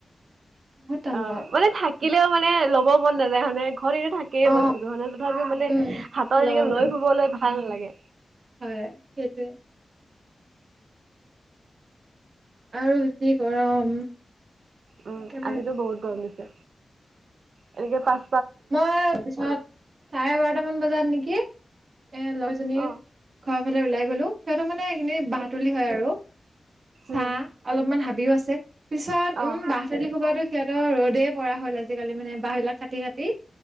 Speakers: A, on the right; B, on the right.
A: বহুত টান
B: অ
A: পাওঁ
B: মানে থাকিলেও মানে ল'ব মন নাযায় মানে। ঘৰত এনে থাকেইে
A: অ
B: বস্তুটো তথাপিও মানে
A: উম
B: হাতত
A: ল'ব
B: এনেকে
A: মন
B: লৈ ফুবলৈ ভাল নালাগে।
A: হয় সেইটোৱে আৰু বেছি গৰম
B: উম
A: একেবাৰে
B: আজিতো বহুত গম দিছে। এনেকে পাচ
A: মই পিছত চাৰে বাৰটামান বজাত নেকি? এ লৰাজনীৰ
B: অ',
A: ঘৰৰ ফালে ওলাই গলো সিহঁতৰ মানে এনে বাঁহতলি
B: উম,
A: হয় আৰু। চাহ
B: উম,
A: অলপমান হাবিও আছে পিছত
B: অ'।
A: উম বাহ তোলি হুপাটো সিহতৰ ৰ'দ ৰদেই পৰা হ'ল আজিকালি মানে বাহ বিলাক কাটি কাটি